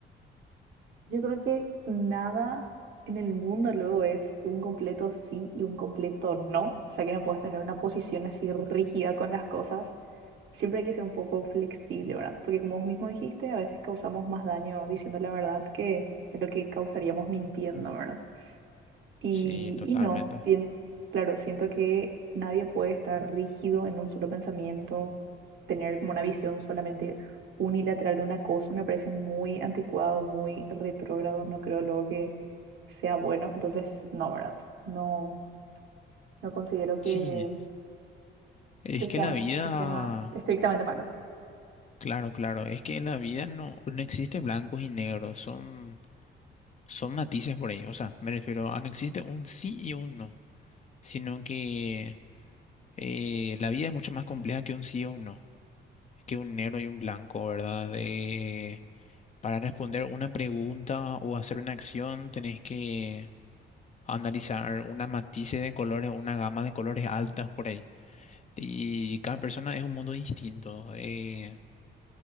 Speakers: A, on the right; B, on the left.
A: Yo creo que nada en el mundo luego es un completo sí y un completo no, o sea que no puedes tener una posición así rígida con las cosas, siempre hay que ser un poco flexible, ¿verdad? Porque como vos mismo dijiste, a veces causamos más daño diciendo la verdad que de lo que causaríamos mintiendo, ¿verdad? Y,
B: Sí, totalmente.
A: y no, sien- claro, siento que nadie puede estar rígido en un solo pensamiento, tener como una visión solamente unilateral de una cosa, me parece muy anticuado, muy retrógrado, no creo luego que sea bueno, entonces no, ¿verdad? No, no considero que,
B: Sí, es
A: que sea,
B: que la vida,
A: que sea estrictamente malo.
B: claro, claro, es que en la vida no, no existe blancos y negros, son, son matices por ahí. O sea, me refiero a no existe un sí y un no, sino que eh, la vida es mucho más compleja que un sí o un no, que un negro y un blanco, ¿verdad? Eh, Para responder una pregunta o hacer una acción, tenés que analizar una matices de colores, una gama de colores altas por ahí. Y cada persona es un mundo distinto. eh,